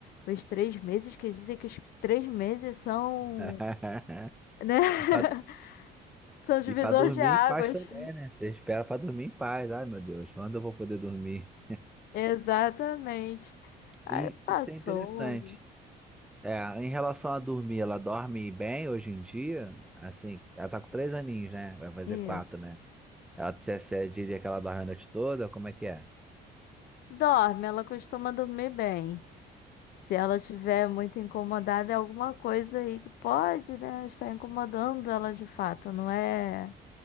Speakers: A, on the left; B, in the centre.
A: os três meses, que dizem que os três meses são,
B: <laughs>
A: né? <laughs>
B: E para
A: São divisor
B: E pra dormir
A: de águas.
B: em paz também, né? Você espera pra dormir em paz. Ai, meu Deus, quando eu vou poder dormir?
A: Exatamente. Aí
B: E
A: passou.
B: isso é interessante. É, em relação a dormir, ela dorme bem hoje em dia? Assim, ela tá com três aninhos, né? Vai fazer
A: Isso.
B: quatro, né? Ela você, você diria que ela dorme a noite toda? Como é que é?
A: Dorme, ela costuma dormir bem. Se ela estiver muito incomodada, é alguma coisa aí que pode, né, estar incomodando ela de fato. Não é,